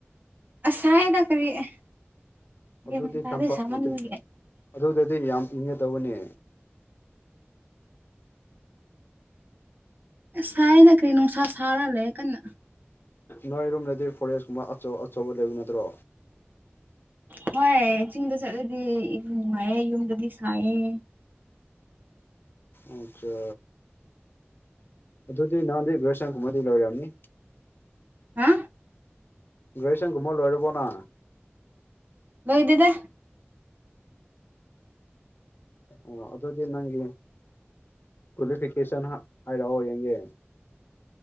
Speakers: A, on the right; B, on the left.
A: ꯑꯁꯥꯏꯅ ꯀꯔꯤꯃ
B: ꯑꯗꯨꯗꯤ
A: ꯇꯗꯦ
B: ꯇꯝꯄꯥꯛ
A: ꯁꯃꯅ
B: ꯅꯠꯇꯦ
A: ꯃꯦ
B: ꯑꯗꯨꯗꯗꯤ ꯌꯥꯝ ꯏꯪꯉꯦ ꯇꯧꯕꯅꯦ
A: ꯑ ꯁꯥꯏꯅ ꯀꯔꯤ ꯅꯨꯡꯁꯥ ꯁꯥꯔꯂꯦ ꯀꯟꯅ
B: ꯅꯣꯏꯔꯣꯝꯗꯗꯤ ꯐꯣꯔꯦꯁ ꯀꯨꯝꯕ ꯑꯆꯧ ꯑꯆꯧꯕ ꯂꯩꯕ ꯅꯠꯇ꯭ꯔꯣ
A: ꯍꯣꯏ ꯆꯤꯡꯗ ꯆꯠꯂꯗꯤ ꯌꯥꯝ ꯅꯨꯡꯉꯥꯏꯌꯦ ꯌꯨꯝꯗꯗꯤ ꯁꯥꯏꯌꯦ
B: ꯑꯆꯥ ꯑꯗꯨꯗꯨꯗꯤ ꯅꯍꯥꯟꯗꯤ <unintelligible>
A: ꯍꯥ
B: ꯒ꯭ꯔꯦꯖꯁꯟꯒꯨꯝꯕ ꯂꯣꯏꯔꯕꯣ ꯅ
A: ꯂꯣꯏꯗꯦꯗ
B: ꯑꯣ ꯑꯗꯨꯗꯤ ꯅꯪꯒꯤ ꯀ꯭ꯋꯥꯂꯤꯐꯤꯀꯦꯁꯟ ꯍꯥꯏꯔꯛꯑꯣ ꯌꯦꯡꯒꯦ